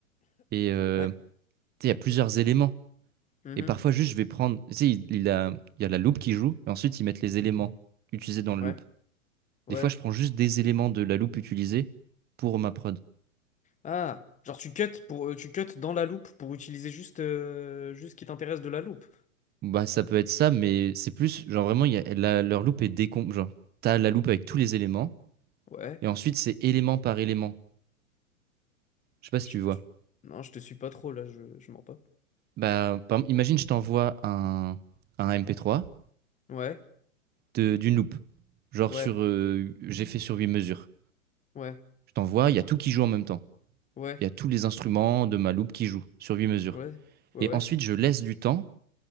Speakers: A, on the right; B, on the left.
A: et euh,
B: Ouais.
A: tu sais, il y a plusieurs éléments.
B: mhm,
A: Et parfois, juste, je vais prendre, tu sais, il, il a, il y a la loupe qui joue et ensuite, ils mettent les éléments utilisés dans la
B: Ouais.
A: loupe.
B: Ouais.
A: Des fois, je prends juste des éléments de la loupe utilisée pour ma prod.
B: Ah, genre tu cut pour, euh, tu cut dans la loop pour utiliser juste, euh, juste ce qui t'intéresse de la loop.
A: Bah, ça peut être ça, mais c'est plus, genre, vraiment, il y a, la- leur loupe est décom... Genre, t'as la loupe avec tous les éléments
B: Ouais.
A: et ensuite, c'est élément par élément. Je sais pas si
B: Je-
A: tu vois.
B: tu- Non, je te suis pas trop là. Je, je mens pas.
A: Bah, par exemple, imagine, je t'envoie un, un MP3
B: Ouais.
A: de- d'une loupe. Genre
B: Ouais.
A: sur, euh, j'ai fait sur 8 mesures.
B: Ouais.
A: Je t'envoie, il y a tout qui joue en même temps.
B: Ouais.
A: Il y a tous les instruments de ma loupe qui jouent sur 8 mesures.
B: Ouais. Ouais.
A: Et
B: Ouais.
A: ensuite, je laisse du temps.